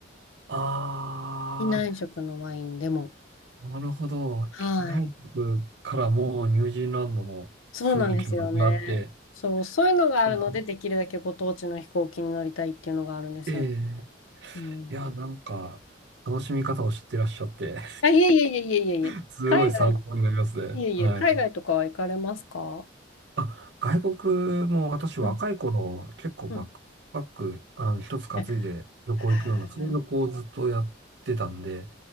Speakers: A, on the right; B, on the left.
A: あ
B: 機内食のワインでも。
A: あ、なるほど。
B: はい。
A: 機内食からもうニュージーランドの雰囲気が味わって、
B: そうなんですよね。そう、そういうのがあるので、
A: うん
B: できるだけご当地の飛行機に乗りたいっていうのがあるんですよ。
A: ええ
B: うん。
A: いや、なんか、楽しみ方を知ってらっしゃって、
B: あ、いえいえいえいえいえいえ。
A: <laughs> すごい参考になりますね。
B: 海外、いえいえ、
A: はい。
B: 海外とかは行かれますか
A: あ、外国も私若い頃、
B: うん、
A: 結構バックパック、
B: うん。
A: あの、一つ担いで旅行行くような、
B: えへえ
A: そういう旅行をずっとやってたんで、